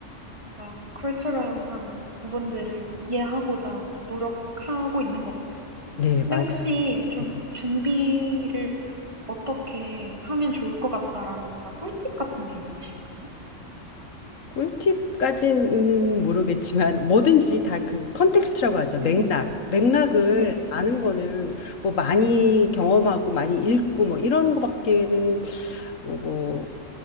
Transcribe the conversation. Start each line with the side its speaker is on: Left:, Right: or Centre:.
Right: 뭔가 컬처럴한 부분들을 이해하고자 좀 노력하고 있는 것 같아요.
Left: 네,
Right: 근데
Left: 맞아요.
Right: 혹시 좀
Left: 네.
Right: 준비를 어떻게 하면 좋을 것 같다라는 뭔가 꿀팁 같은 게 있으실까요?
Left: 꿀팁까지는 모르겠지만 뭐든지
Right: 음,
Left: 다 그 컨텍스트라고 하죠.
Right: 네,
Left: 맥락. 맥락을
Right: 네,
Left: 아는 거는 뭐 많이 경험하고 많이 읽고 뭐 이런 거밖에는 뭐, 뭐